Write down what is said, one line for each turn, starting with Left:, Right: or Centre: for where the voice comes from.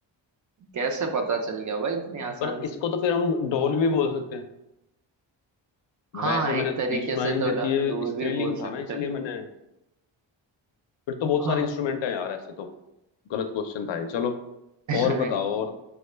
Right: कैसे पता चल गया भाई इतनी आसानी
Left: पर इसको
Right: से
Left: तो फिर हम ढोल भी बोल सकते हैं
Right: हाँ
Left: वैसे मैंने
Right: एक तरीके
Left: ये सुनाई
Right: से
Left: नहीं
Right: तो
Left: देती
Right: डा-
Left: है
Right: डोल
Left: स्त्रीलिंग
Right: भी बोल
Left: था
Right: सकते
Left: ना इसलिए
Right: हैं।
Left: मैंने फिर तो बहुत
Right: हाँ
Left: सारे इंस्ट्रूमेंट हैं यार ऐसे तो गलत क्वेश्चन था ये चलो
Right: <laughs>
Left: और बताओ और